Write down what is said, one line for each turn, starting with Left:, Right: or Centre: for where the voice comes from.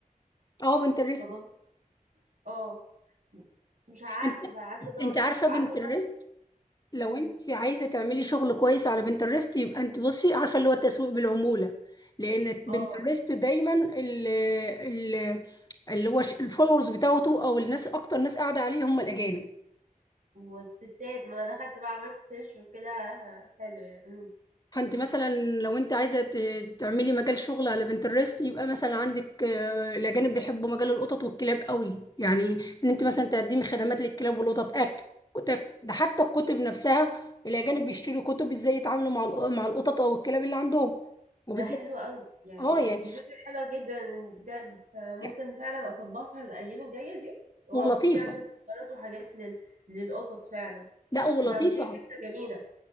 Left: اه بنترست
Right: فبفكر اه مش عارفه
Left: انت
Right: بقى قعدت ادور
Left: انت عارفه بنترست
Right: قعدت ادور
Left: لو
Right: امم
Left: انت عايزه تعملي شغل كويس على بنترست يبقى انت بصي عارفه اللي هو التسويق بالعموله لان
Right: اه
Left: بنترست دايما ال ال اللي هو الفولورز بتاعته او الناس اكتر ناس قاعده عليه هم الاجانب
Right: والستات ما انا دخلت بقى عملت سيرش وكده آه، حلو يعني امم
Left: فانت مثلا لو انت عايزه ت- تعملي مجال شغل على بنترست يبقى مثلا عندك آه، الاجانب بيحبوا مجال القطط والكلاب قوي يعني ان انت مثلا تقدمي خدمات للكلاب والقطط اكل كتب ده حتى الكتب نفسها الاجانب بيشتروا كتب ازاي يتعاملوا مع الق- مع القطط او الكلاب اللي عندهم وبالذات
Right: ده حلو قوي يعني
Left: اه يعني
Right: دي فكره حلوه جدا بجد فممكن
Left: يعني-
Right: فعلا اطبقها الايام الجايه دي وابتدي
Left: ولطيفه
Right: اعمل بوسترات وحاجات لل... للقطط فعلا
Left: لا ولطيفه
Right: انت اعطيتيني فكرة جميلة